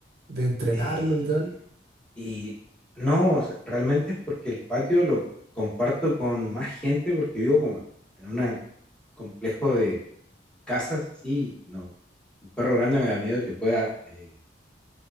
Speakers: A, on the right (about 60°); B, in the centre.
A: de entrenarlo
B: Eh,
A: y tal?
B: y no, o sea, realmente es porque el patio lo comparto con más gente porque vivo como en una complejo de casas, sí, no. Un perro grande me da miedo que pueda eh,